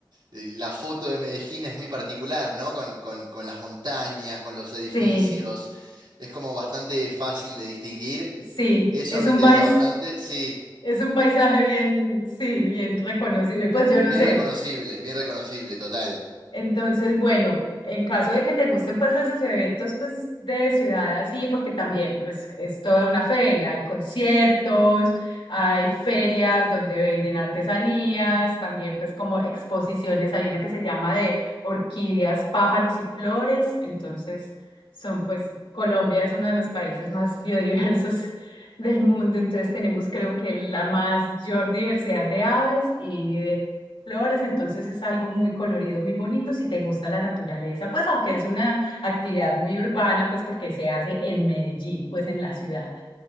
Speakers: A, on the right (about 65°); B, on the left (about 80°).
A: eh, la foto de Medellín es muy particular, ¿no? Con, con, con las montañas, con los edificios,
B: Sí.
A: es como bastante fácil de distinguir,
B: Sí,
A: eso
B: es
A: me
B: un
A: interesa
B: pais,
A: bastante, sí.
B: es un paisaje bien, sí, bien reconocible. Pues yo no
A: Bien
B: sé,
A: reconocible, bien reconocible, total.
B: Entonces, bueno, en caso de que te gusten pues esos eventos pues de ciudad así, porque también pues es toda una feria, hay conciertos, hay ferias donde venden artesanías, también pues como exposiciones, hay una que se llama de orquídeas, pájaros y flores, entonces son pues Colombia es uno de los países más biodiversos del mundo, entonces tenemos creo que la más mayor diversidad de aves y de flores, entonces es algo muy colorido, muy bonito si te gusta la naturaleza, pues aunque es una actividad muy urbana, pues porque se hace en Medellín, pues en la ciudad,